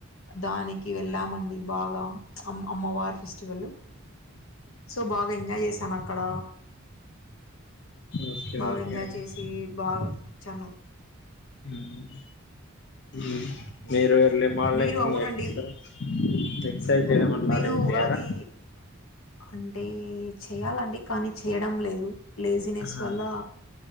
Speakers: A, on the left; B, on the left.
A: దానికి వెళ్ళామండి బాగా అమ్ అమ్మవారు ఫెస్టివల్ సోబాగా ఎంజయ్ చేశాను అక్కడ
B: ఓకే
A: బాగా
B: ఓకే
A: ఎంజాయ్
B: అండి
A: చేసీ బాగా వచ్చాను
B: హ్మ్ హ్మ్
A: ఓకే
B: మీరు ఎర్లీ మార్లింగ్
A: మీరు అవునండి
B: ఎక్స ఎక్సర్సైజ్ చేయడం అట్లాంటివి
A: మీరు ఉగాది
B: చేయరా
A: అంటే చెయాలండి కానీ చేయడం లేదు లేజీనెస్
B: ఆహా
A: వల్ల